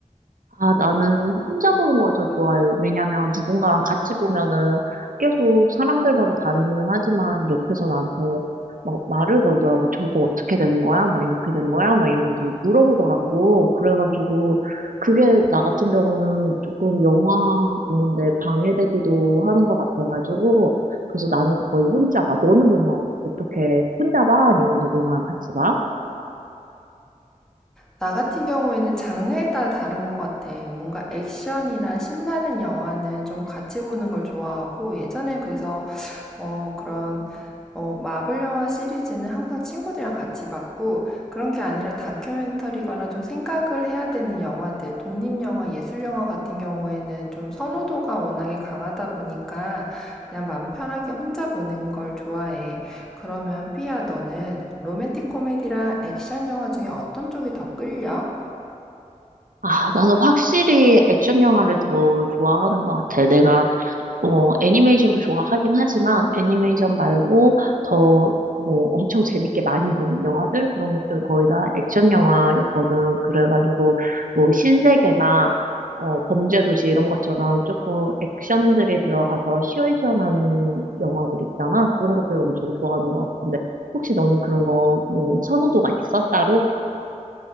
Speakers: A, on the right; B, in the centre.
A: 아, 나는 혼자 보는 걸 더 좋아해. 왜냐면 누군가랑 같이 보면은 계속 사람들마다 다르기는 하지만 옆에서 나한테 막 말을 걸더라고. 저거 어떻게 된 거야? 막 이렇게 된 거야? 막 이러면서 물어보더라고. 그래가지고 그게 나 같은 경우는 조금 영화 보는데 방해되기도 하는 것 같아가지고 그래서 나는 거의 혼자 봐. 너는 그러면 어떻게 혼자 봐? 아니면 누군가랑 같이 봐?
B: 나 같은 경우에는 장르에 따라 다른 것 같아. 뭔가 액션이나 신나는 영화는 좀 같이 보는 걸 좋아하고, 예전에 그래서, 어, 그런, 어, 마블 영화 시리즈는 항상 친구들이랑 같이 봤고, 그런 게 아니라 다큐멘터리거나 좀 생각을 해야 되는 영화들, 독립영화, 예술영화 같은 경우에는 좀 선호도가 워낙에 강하다 보니까, 그냥 마음 편하게 혼자 보는 걸 좋아해. 그러면 삐아 너는 로맨틱 코미디랑 액션 영화 중에 어떤 쪽이 더 끌려?
A: 아, 나는 확실히 액션 영화를 더 좋아하는 것 같아. 내가 어, 애니메이션도 좋아하긴 하지만 애니메이션 말고 더 뭐 엄청 재밌게 많이 본 영화들 그런 것들은 거의 다 액션 영화였거든. 그래가지고 뭐 신세계나 어, 범죄도시 이런 것처럼 조금 액션들이 들어가서 시원시원한 영화들 있잖아. 그런 것들 엄청 좋아하는 것 같은데 혹시 너는 그런 거 뭐 선호도가 있어? 따로?